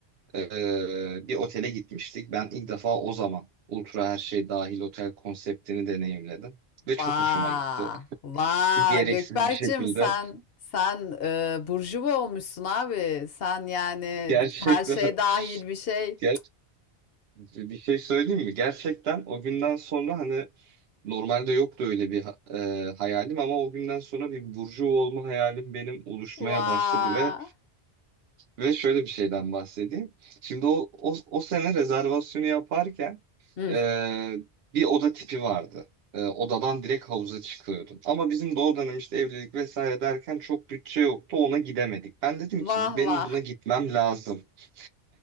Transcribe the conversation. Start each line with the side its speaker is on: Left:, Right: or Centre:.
Right: ee, bir otele gitmiştik. Ben ilk defa o zaman ultra her şey dahil otel konseptini deneyimledim. Ve
Left: Vaa.
Right: çok hoşuma gitti.
Left: Vaa
Right: <laughs> Gereksiz
Left: Gökberk'cim
Right: bir şekilde.
Left: sen sen e, burjuva olmuşsun abi. Sen yani
Right: Gerçekten
Left: her şey dahil bir şey.
Right: <laughs> ger bir şey söyleyeyim mi? Gerçekten o günden sonra hani normalde yoktu öyle bir ha- e, hayalim ama o günden sonra bir burcu olma hayalim benim oluşmaya
Left: Vay.
Right: başladı ve Ve şöyle bir şeyden bahsedeyim. Şimdi o, o, o sene rezervasyonu yaparken
Left: Hıh.
Right: e, bir oda tipi vardı. E, odadan direkt havuza çıkıyordun. Ama bizim de o dönem işte evlilik vesaire derken çok bütçe yoktu ona gidemedik. Ben dedim ki
Left: Vah
Right: benim
Left: vah.
Right: buna gitmem lazım. <laughs>